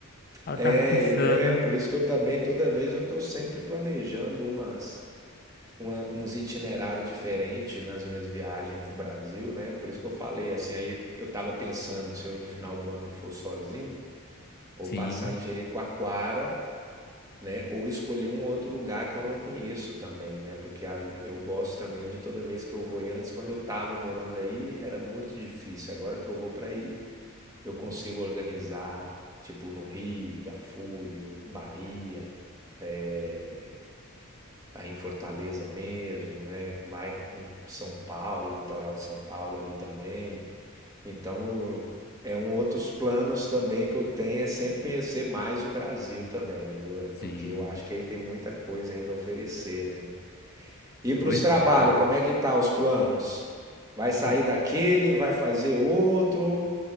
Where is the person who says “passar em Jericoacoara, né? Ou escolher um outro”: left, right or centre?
Right